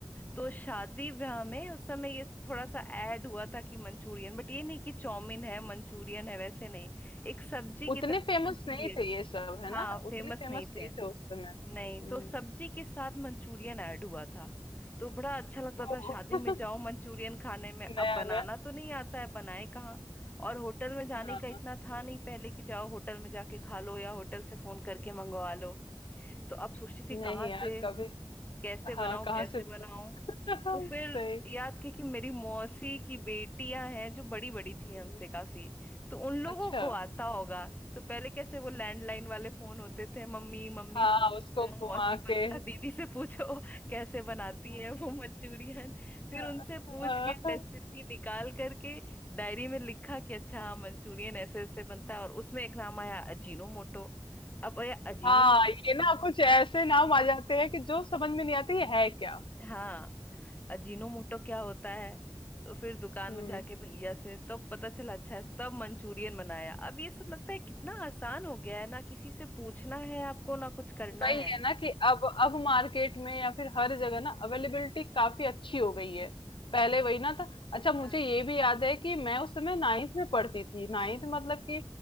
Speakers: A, on the left; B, on the left.
A: तो शादी ब्याह में उस समय ये थोड़ा सा ऐड हुआ था कि मंचूरियन बट ये नहीं कि चाउमीन है मंचूरियन है वैसे नहीं एक सब्जी की
B: उतने
A: तरह
B: फेमस
A: मंचूरियन
B: नहीं थे ये सब है
A: हाँ
B: ना
A: फेमस
B: उतने फेमस
A: नहीं थे
B: नहीं थे उस समय
A: नहीं
B: हम्म,
A: तो सब्जी के साथ मंचूरियन ऐड हुआ था तो बड़ा अच्छा लगता
B: ओ
A: था
B: <laughs>
A: शादी में जाओ मंचूरियन खाने में अब
B: नया
A: बनाना
B: नया
A: तो नहीं आता है बनाए कहाँ और होटल में जाने
B: हाँ
A: का इतना था नहीं पहले कि जाओ होटल में जाके खा लो या होटल से फोन करके मंगवा लो तो अब सोचती थी
B: नहीं
A: कहाँ
B: यार
A: से
B: कभी
A: कैसे
B: हाँ
A: बनाऊं
B: कहाँ
A: कैसे
B: से
A: बनाऊं
B: <laughs>
A: तो फिर
B: सही
A: याद की कि मेरी मौसी की बेटियां हैं जो बड़ी बड़ी थी
B: हम्म,
A: हमसे काफी तो उन लोगों
B: अच्छा
A: को आता होगा तो पहले कैसे वो लैंडलाइन वाले फोन होते थे मम्मी मम्मी
B: हाँ
A: फोन
B: उसको
A: लगाओ
B: घुमा
A: मौसी को
B: के
A: दिखा दीदी से पूछो <laughs> कैसे बनाती है वो मंचूरियन फिर
B: <laughs>
A: उनसे पूछ के रेसिपी निकाल करके डायरी में लिखा कि अच्छा हाँ मंचूरियन ऐसे ऐसे बनता है और उसमें एक नाम आया अजीनोमोटो अब ये अजीनोमोटो
B: हाँ ये ना कुछ ऐसे नाम आ जाते हैं कि जो समझ में नहीं आते ये है क्या
A: हाँ अजीनोमोटो क्या होता है तो फिर दुकान
B: हम्म
A: में जाके भैया से तब पता चला अच्छा है, तब मंचूरियन बनाया अब ये सब लगता है कितना आसान हो गया है ना किसी से पूछना है आपको ना कुछ करना
B: वही
A: है
B: है ना कि अब अब मार्केट में या फिर हर जगह ना अवेलेबिलिटी काफी अच्छी हो गई है पहले वही ना था अच्छा मुझे
A: हाँ
B: ये भी याद है कि मैं उस समय नाइन्थ में पढ़ती थी नाइन्थ मतलब कि